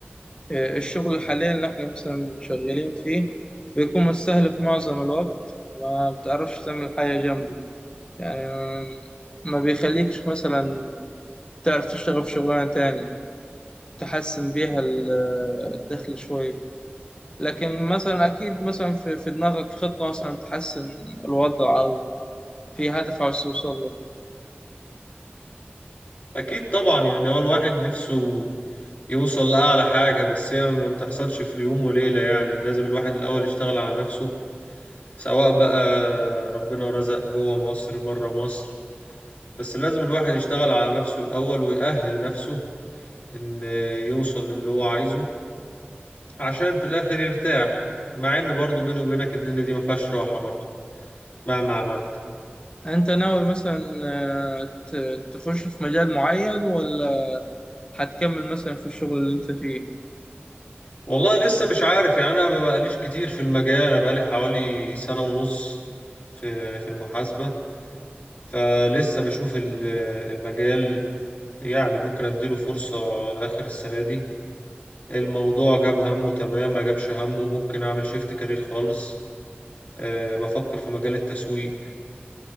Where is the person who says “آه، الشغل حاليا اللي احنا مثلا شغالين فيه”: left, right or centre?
Left